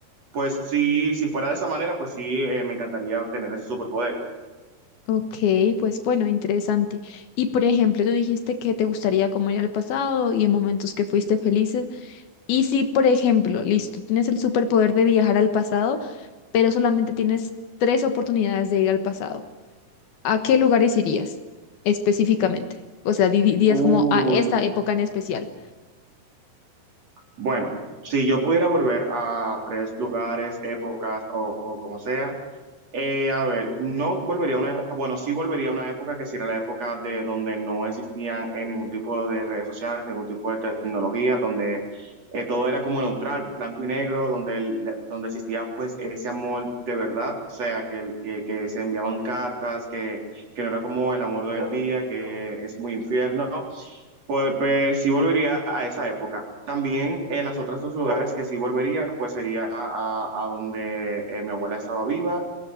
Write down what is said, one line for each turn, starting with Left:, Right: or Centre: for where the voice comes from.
Right: Pues sí, si fuera de esa manera, pues sí, eh, me encantaría tener ese superpoder.
Left: Ok, pues bueno, interesante. Y por ejemplo, tú dijiste que te gustaría como ir al pasado y en momentos que fuiste felices. Y si, por ejemplo, listo, tienes el superpoder de viajar al pasado, pero solamente tienes tres oportunidades de ir al pasado, ¿a qué lugares irías específicamente? O sea, di- di- dirías
Right: Uy,
Left: como a esta época en especial.
Right: bueno, si yo pudiera volver a tres lugares, épocas o o como sea. Eh, a ver, no volvería a una época, bueno, sí volvería a una época que sí era la época de donde no existían eh, ningún tipo de redes sociales, ningún tipo de tecnología, donde eh, todo era como neutral, blanco y negro, donde, el- donde existía pues ese amor de verdad, o sea, que, el- que, que se enviaban cartas, que, que no era como el amor de hoy en día, que es muy infierno, ¿no? pues, pues sí volvería a esa época. También en las otras dos lugares que sí volvería, pues sería a, a donde eh, mi abuela estaba viva